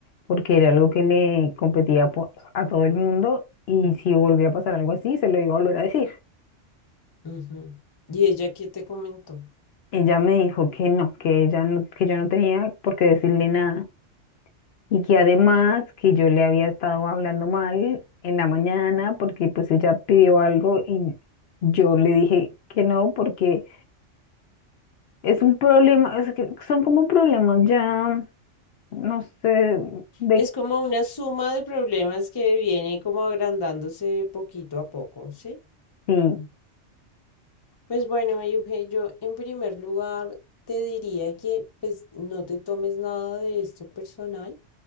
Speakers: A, on the left; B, on the left.
A: porque era algo que le competía po- a todo el mundo y si volvía a pasar algo así, se lo iba a volver a decir.
B: ujú. ¿Y ella qué te comentó?
A: Ella me dijo que no, que ella no, que yo no tenía por qué decirle nada y que además que yo le había estado hablando mal en la mañana porque pues ella pidió algo y yo le dije que no porque Es un problema, es que son como problemas ya, no sé de
B: Es como una suma de problemas que viene como agrandándose poquito a poco, ¿sí?
A: qué,
B: Pues bueno, Euge, yo en primer lugar te diría que pues no te tomes nada de esto personal,